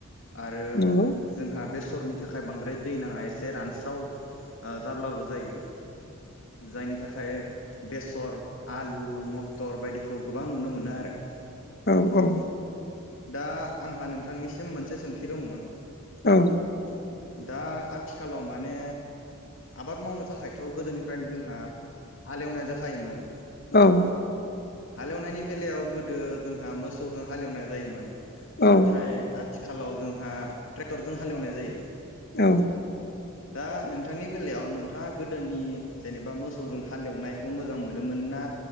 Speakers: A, on the left; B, on the left.
A: आरो
B: नंगौ
A: जोंहा बेसरनि थाखाय बांद्राय दै नाङा एसे रानस्राव ओ जाब्लाबो जायो जायनि थाखाय बेसर आलु मथर बायदिखौ गोबां नुनो मोनो आरो
B: औ औ
A: दा आंहा नोंथांनिसिम मोनसे सोंथि दंमोन
B: औ
A: <unintelligible> दा आथिखालाव माने आबाद मावनो थाखायथ गोदोनिफ्रायनो जोंहा हालेवनाय जाखा फायोमोन
B: औ
A: हालेवनायनि बेलायाव गोदो जोंहा मोसौजों हालेवनाय जायोमोन
B: औ
A: नाथाय आथि आथिखालाव जोंहा ट्रेक्टरजों हालेवनाय जायो
B: औ
A: दा नोंथांनि बेलायाव नोंथाङा गोदोनि जेनेबा मोसौजों हालेवनायखौ मोजां मोनोमोन ना